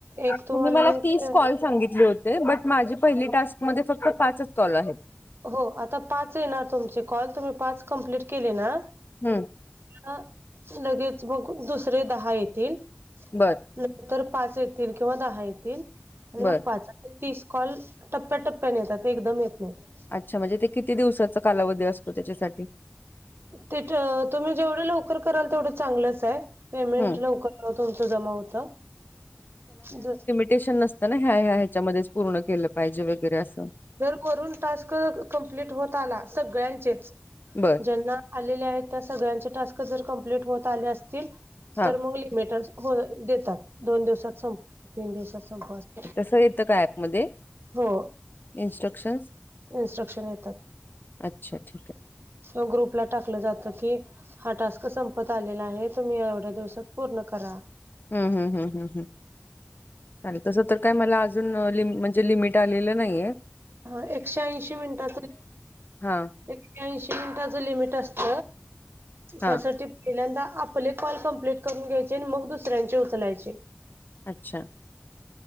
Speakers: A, on the right (about 75°); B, on the left (about 55°).
A: एक
B: तुम्ही
A: तुम्हाला
B: मला
A: लिंक
B: तीस
A: द्या
B: कॉल सांगितले हो ते बट माझी पहिली टास्क मध्ये फक्त पाचच कॉल आहेत
A: हो, आता पाच आहे ना तुमचे कॉल तुम्ही पाच कम्प्लीट केले ना
B: हम्म.
A: म लगेच <unintelligible> दुसरे दहा येतील
B: बरं.
A: नंतर पाच येतील किंवा दहा येतील आणि
B: बर
A: मग पाच तीस कॉल टप्प्याटप्प्याने येतात एकदम येत नाही
B: अच्छा म्हणजे ते किती दिवसाचा कालावधी असतो त्याच्यासाठी?
A: ते काय तुम्ही जेवढं लवकर कराल तेवढं चांगलंच आहे पेमेंट
B: हम्म
A: लवकर तुमच जमा होत, जे
B: टेन्शन नसत ना ह्या ह्या ह्याच्यामध्ये पूर्ण केलं पाहिजे वगैरे असं
A: जर करून टास्क कंप्लीट होत आला सगळ्यांचेच
B: बरं.
A: पंधरा आलेल्या आहेत त्या सगळ्यांचे टास्क जर कंप्लीट होत आले असतील
B: हा
A: तर म मी <unintelligible> हो देतात दोन दिवसात संप तीन दिवसात संपवा अस
B: असं येतं का ऍपमध्ये
A: हो
B: इन्स्ट्रक्शन्स
A: इ्स्ट्रक्शन येतात
B: अच्छा ठीक आहे
A: किंवा ग्रुपला टाकलं जातं की हा टास्क संपत आलेला आहे तुम्ही एवढ्या दिवसात पूर्ण करा
B: हम् हम् हम्म हम् हम चालेल तस तर काय मला अजून ल म्हणजे लिमिट आलेलं नाहीय
A: ह एकशे ऐंशी मिनटात.
B: हां,
A: एक्याऐंशी मिनिटाचं लिमिट असत
B: हां.
A: त्यासाठी. पहिल्यांदा आपले कॉल कमप्लीट करून घ्यायचे आणि मग दुसऱ्यांचे उचलायचे.
B: अच्छा.